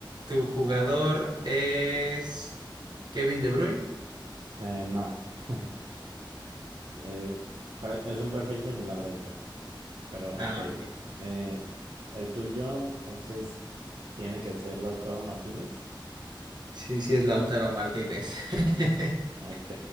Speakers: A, on the right; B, on the right.
A: ¿Tu jugador es Kevin De Bruyne?
B: Eh, no. <laughs> Es, pa- es un perfil similar, de hecho, pero
A: Ah,
B: ok.
A: ok.
B: Eh, el tuyo, entonces, tiene que ser Lautaro Martínez.
A: Sí, sí es Lautaro Martínez. <laughs>
B: Ok,